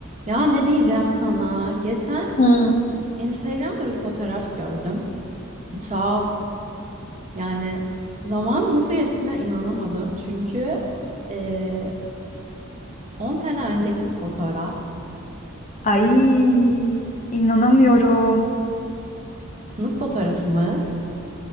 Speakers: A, on the right (about 35°); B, on the left (about 35°).
A: Ya ne diyeceğim sana? Geçen
B: Hı.
A: Instagram'da bir fotoğraf gördüm. Ta yani zaman nasıl geçtiğine inanamadım. Çünkü e, 10 sene önceki bir fotoğraf.
B: Ay inanamıyorum.
A: Sınıf fotoğrafımız.